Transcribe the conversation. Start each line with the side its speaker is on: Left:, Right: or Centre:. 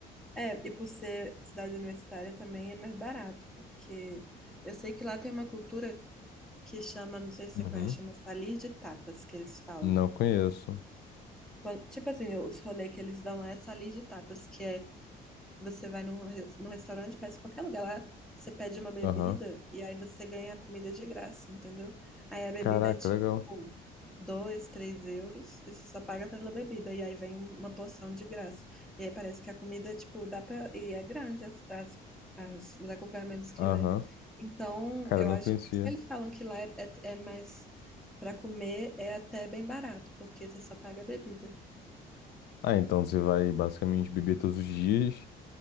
Centre: É, e por ser cidade universitária também é mais barato, porque eu sei que lá tem uma cultura que chama, não sei se
Left: Uhum.
Centre: você conhece, chama salir de tapas, que eles falam.
Left: Não conheço.
Centre: Quan- tipo assim, os rolês que eles dão lá é salir de tapas, que é você vai num, res- num restaurante, parece qualquer lugar lá, você pede uma bebida
Left: Aham.
Centre: e aí você ganha a comida de graça, entendeu? Aí a bebida
Left: Caraca,
Centre: é tipo
Left: legal.
Centre: dois, três euros, e você só paga pela bebida, e aí vem um, uma porção de graça. E aí parece que a comida, tipo, dá pra. E é grande as, as- as- os acompanhamentos que
Left: Aham.
Centre: vem. Então,
Left: Cara,
Centre: eu
Left: eu não
Centre: acho.
Left: conhecia.
Centre: por isso que Eles falam que lá é, é- é mais. Pra comer é até bem barato, porque você só paga a bebida.
Left: Ah, então você vai basicamente beber todos os dias